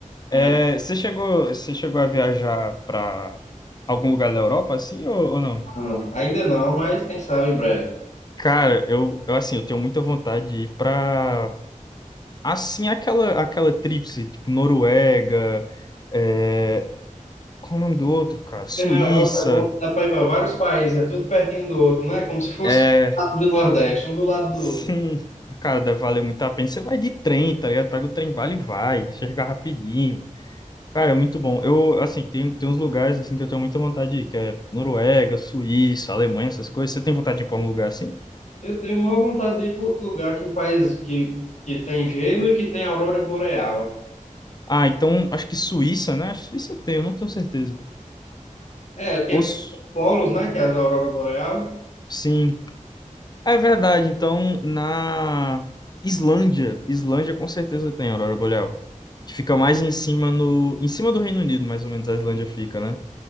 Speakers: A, on the left; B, on the left.
A: É,
B: É,
A: você chegou, você chegou a viajar para algum lugar da Europa, assim, ou, ou não?
B: Não, ainda não, mas quem sabe em breve.
A: Cara, eu, eu assim, eu tenho muita vontade de ir pra, assim, aquela, aquela tríplice, tipo, Noruega, é... qual o nome do outro, cara?
B: Porque
A: Suíça,
B: Na Europa é bom, que dá para ir para vários países, é tudo pertinho um do outro, não é como se fosse
A: é...
B: o lado do Nordeste, um do lado do
A: Sim,
B: outro.
A: cara, deve valer muito a pena. Você vai de trem, tá ligado? Pega o trem, vale e vai, chega rapidinho. Cara, é muito bom. Eu, assim, tem, tem uns lugares, assim, que eu tenho muita vontade de ir, que é Noruega, Suíça, Alemanha, essas coisas. Você tem vontade de ir pra um lugar assim?
B: Eu tenho maior vontade de ir para outro lugar que faz, que, que tem gelo e que tem aurora boreal.
A: Ah, então, acho que Suíça, né? Acho que Suíça tem, eu não tenho certeza.
B: É, o que
A: Ou...
B: é
A: Su-
B: polos, né, que é as aurora boreal.
A: Sim. É verdade, então na Islândia, Islândia com certeza tem aurora boreal, que fica mais em cima no, em cima do Reino Unido, mais ou menos a Islândia fica, né?